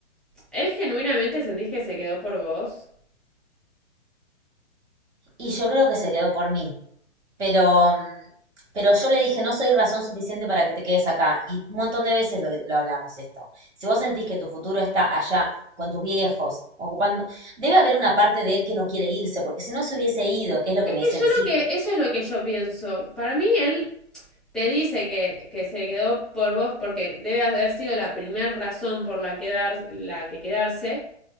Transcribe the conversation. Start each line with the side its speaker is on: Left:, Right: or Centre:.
Centre: ¿él genuinamente sentís que se quedó por vos?
Right: Y yo creo que se quedó por mí. Pero, pero yo le dije, no soy razón suficiente para que te quedes acá. Y un montón de veces lo, lo hablamos esto. Si vos sentís que tu futuro está allá con tus viejos, ocupando, debe haber una parte de él que no quiere irse, porque si no se hubiese ido, que es lo que
Centre: Es
Right: me
Centre: que
Right: dice
Centre: yo
Right: mi psico.
Centre: lo que, eso es lo que yo pienso. Para mí él te dice que, que se quedó por vos porque debe haber sido la primera razón por la, quedar, la que quedarse,